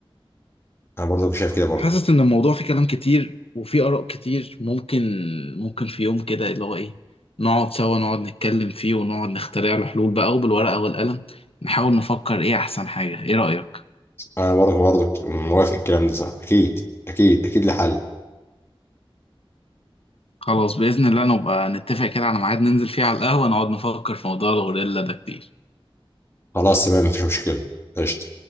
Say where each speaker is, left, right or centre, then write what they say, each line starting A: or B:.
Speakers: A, on the left (about 25°); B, on the left (about 80°).
A: انا برضه شايف كده برضه
B: حاسس ان الموضوع فيه كلام كتير وفيه اراء كتير ممكن ممكن في يوم كده اللي هو ايه نقعد سوا نقعد نتكلم فيه ونقعد نخترع له حلول بقى وبالورقة والقلم نحاول نفكر ايه احسن حاجة ايه رأيك
A: انا برضك برضك موافق الكلام ده صح اكيد اكيد اكيد لحل
B: خلاص بإذن الله نبقى نتفق كده على ميعاد ننزل فيه على القهوة نقعد نفكر في موضوع الغوريلا ده كتير
A: خلاص تمام مفيش مشكله قشطه